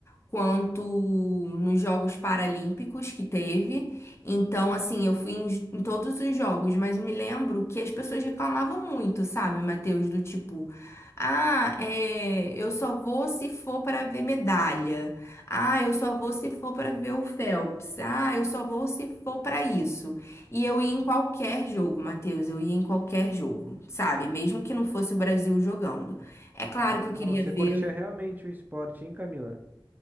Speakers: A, on the left; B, on the right.
A: quanto nos Jogos Paralímpicos que teve. Então, assim, eu fui em, em todos os jogos, mas me lembro que as pessoas reclamavam muito, sabe, Matheus, do tipo. Ah, é, eu só vou se for para ver medalha. Ah, eu só vou se for para ver o Phelps. Ah, eu só vou se for para isso. E eu ia em qualquer jogo, Matheus, eu ia em qualquer jogo, sabe? Mesmo que não fosse o Brasil jogando. É claro
B: Ah,
A: que eu queria
B: você
A: ver
B: curtia realmente o esporte, hein, Camila?